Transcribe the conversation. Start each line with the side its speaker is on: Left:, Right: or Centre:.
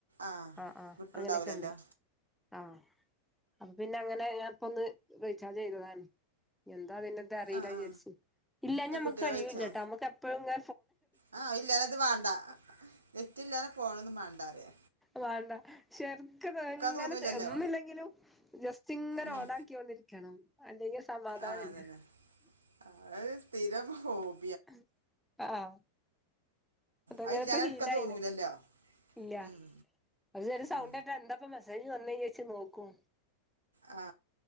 Right: ആവിട്ടുണ്ടാവൂലല്ലോ
Centre: ആഹ് ആഹ് അങ്ങനെയൊക്കെ ഉണ്ട് ആഹ് അപ്പ പിന്നെ അങ്ങനെ ഞാൻ ഇപ്പൊന്ന് റീചാർജ് ചെയ്തതാണ് എന്താ അതിന്റത് അറിയില്ല
Right: ആ
Centre: വിചാരിച്ചു
Right: ആ
Centre: ഇല്ല
Right: ഏ
Centre: ഞമ്മ
Right: കുട്ടികളെ
Centre: കഴിയൂല്ലട്ടോ
Right: വിളിച്ചോ
Centre: നമുക്ക എപ്പോഴും ഇങ്ങ
Right: ആ ഇല്ലാ അത് വേണ്ടാ നെറ്റില്ലാതെ ഫോണൊന്നും വേണ്ടാ റായ
Centre: വേണ്ട ചെർക്ക് ഇതെങ്ങനെ
Right: തോന്നൂലല്ലോ
Centre: ഒന്നുല്ലെങ്കിലും ജസ്റ്റ് ഇങ്ങനെ
Right: ഉം
Centre: ഓണാക്കിയോണ്ടി രിക്കണം അല്ലെങ്കി സമാധാനഇല്ല
Right: ആ അതന്നെ ആ <unintelligible>
Centre: ഇഹ് ആഹ് അതങ്ങനെ
Right: അയില്ലാതെ
Centre: ഇപ്പ
Right: എടുക്കൻ
Centre: ശീലായില്ലേ
Right: തോന്നൂലല്ലോ
Centre: ഇല്ല
Right: ഉം
Centre: അത് ചെറിയ സൗണ്ട്ട്ടാ
Right: ആ
Centre: എന്താപ്പം മെസ്സേജ് വന്നഹ് ച്ച് നോക്കും
Right: ആ